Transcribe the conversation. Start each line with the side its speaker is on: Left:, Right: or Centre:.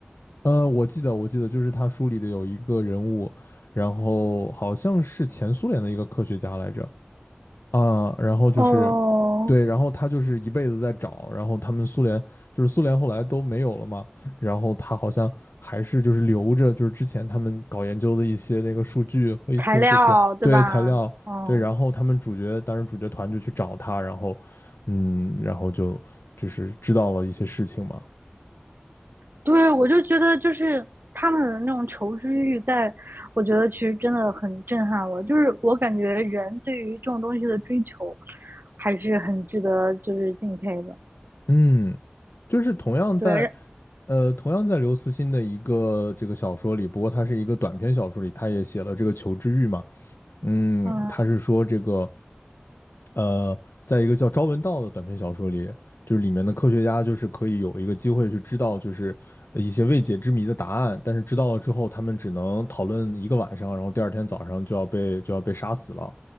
Left: 呃，我记得我记得就是他书里的有一个人物，然后好像是前苏联的一个科学家来着，啊，然后就是，
Right: 哦，
Left: 对，然后他就是一辈子在找，然后他们苏联就是苏联后来都没有了嘛，然后他好像还是就是留着就是之前他们搞研究的一些那个数据和一些这个对材料，
Right: 材料，对吧？嗯。
Left: 对，然后他们主角当时主角团就去找他，然后嗯，然后就就是知道了一些事情嘛，
Right: 对，我就觉得就是他们的那种求知欲在，我觉得其实真的很震撼我。就是我感觉人对于这种东西的追求，还是很值得就是敬佩的。
Left: 嗯，就是同样在。
Right: 对，让
Left: 呃，同样在刘慈欣的一个这个小说里，不过他是一个短篇小说里，他也写了这个求知欲嘛，嗯，
Right: 嗯
Left: 他是说这个，呃，在一个叫《朝闻道》的短篇小说里，就是里面的科学家就是可以有一个机会去知道，就是呃一些未解之谜的答案，但是知道了之后，他们只能讨论一个晚上，然后第二天早上就要被就要被杀死了，